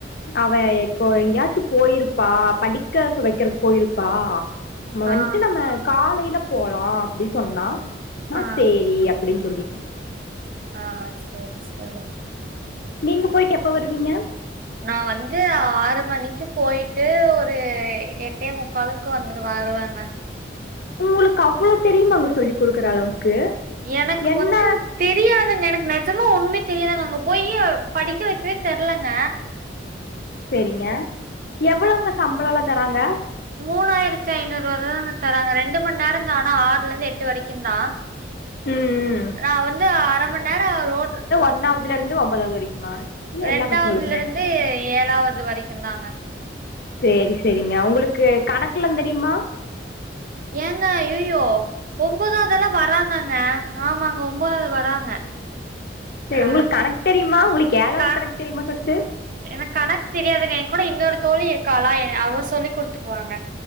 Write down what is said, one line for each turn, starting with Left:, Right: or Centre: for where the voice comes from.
Left: அவ இப்போ எங்கேயாச்சு போயிருப்பா! படிக்கசு வெக்கறக்கு போயிருப்பா! நம்ம
Right: ஆ,
Left: வந்துட்டு நம்ம காலைல போலா அப்டி சொன்னா நா
Right: ஆ,
Left: சேரி. அப் ப்டின் சொல்லிட்ட
Right: ஆ சேர் சேரிங்
Left: நீங்க போயிட்டு எப்போ வருவீங்க
Right: நான் வந்து ஆறு மணிக்கு போயிட்டு ஒரு எட்டே முக்காலுக்கு வந்துரு வருவங்க!
Left: உங்களுக்கு அவ்ள தெரியுமாங்க சொல்லி் குடுக்குற அளவுக்கு?
Right: எனக்கு
Left: என்ன
Right: வந்து தெரியாதுங்க! எனக்கு நெ... ஜமா ஒன்னுமே தெரியலங்க! அங்க போயி படிக்க வெக்கவே தெர்லங்க
Left: செரிங்க எவ்வளவுங்க சம்பளலா தராங்க
Right: மூணாயிரத்து ஐநூறுவா தாங்க தராங்க ரெண்டு மணி நேரதா ஆனா ஆறுல இருந்து எட்டு வரைக்கு தா
Left: ம் ம்
Right: நா வந்து அர மணி நேர ரோட்
Left: ஒன்னாவதுலருந்து ஒன்பதாவது வரைக்குமா இல்ல
Right: ரெண்டாவதுல
Left: எல்லா பசங்களுக்குமா
Right: இருந்து ஏழாவது வரைக்குந்தாங்க
Left: சேரி சேரிங்க உங்களுக்கு கணக்குலா தெரியுமா
Right: ஏங்க ஐயைய்யோ ஒன்பதாவதெல்லா வராங்கங்க ஆமாங்க ஒன்பதாவது வராங்க
Left: செரி
Right: அ
Left: உங்களுக்கு கணக்கு தெரியுமா உங்களுக்கு ஏழாவது
Right: க
Left: கணக்கு தெரியுமா ஃபர்ஸ்ட்டு
Right: எனக்கு கணக்கு தெரியாதுங்க என் கூட இன்னொரு தோழி இருக்காளா அவ சொல்லி குடுத்துக்குவாங்க